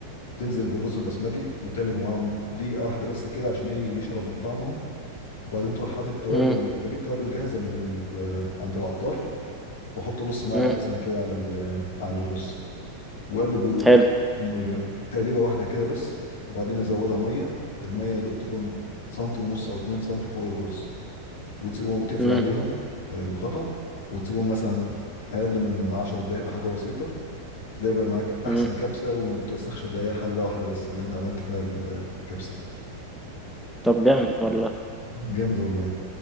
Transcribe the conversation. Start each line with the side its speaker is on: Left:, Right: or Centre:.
Left: تنزل بالرز البسمتي وتقلب معاهم دقيقه واحده بس كده عشان ايه يشرب من طعمهم وبعدين تروح حاطط توابل
Centre: امم
Left: بجيب توابل جاهزه من ال... عند العطار بحط نص معلقه
Centre: امم
Left: مثلا كده على ال... على الرز واقلب و-
Centre: حلو
Left: م- تقليبه واحده كده بس وبعدين ازودها ميه الميه يا دوب تكون سنتي ونص او اتنين سنتي فوق الرز وتسيبهم تقفل
Centre: امم
Left: عليهم آه، الغطا وتسيبهم مثلا اقل من 10 دقائق بحاجه بسيطه تلاقي بقى معاك
Centre: امم
Left: احسن كبسه وما بتوسخش الا هي حله واحده بس اللي انت عملت فيها الكبسه
Centre: طب جامد والله
Left: جامده والله